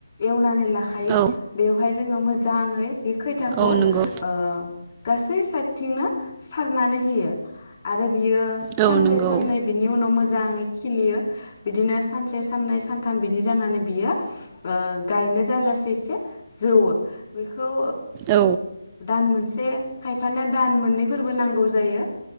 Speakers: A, on the left (about 40°); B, on the right (about 20°).
A: एवनानै लाखायो
B: औ
A: बे जोङो मोजां ओइ बे खोथियाखौ
B: औ नंगौ
A: ओ गासै सारनानै होयो। आरो बियो
B: औ
A: सानसे
B: नंगौ
A: सान्नै बिनि उनाव मोजां खिलियो। बिदिनो सानसे सान्नै सानथाम बिदि जानानै बियो गायनो जाजासे जौ बेखौ
B: औ
A: दान मोनसे खायफानिा दान मोननैफोरबो नांगौ जायो